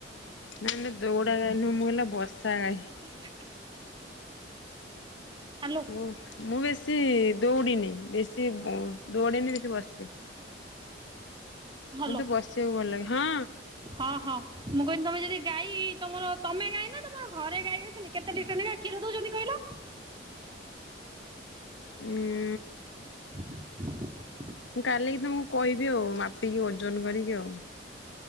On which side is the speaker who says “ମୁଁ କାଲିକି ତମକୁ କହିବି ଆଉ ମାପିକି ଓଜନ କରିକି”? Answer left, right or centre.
Left